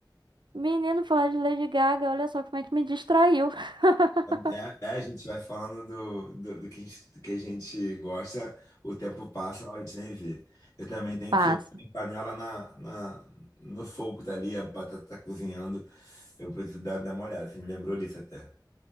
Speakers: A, on the right; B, on the left.
A: menino, falar de Lady Gaga, olha só como é que me distraiu. <laughs>
B: É, é, a gente vai falando do, do, do que a gente, do que a gente gosta, o tempo passa, a gente nem vê. Eu também tenho
A: Passa.
B: que ir com panela na, na, no fogo, tá ali, a batata tá cozinhando. Eu preciso dar, dar uma olhada, você me lembrou disso até.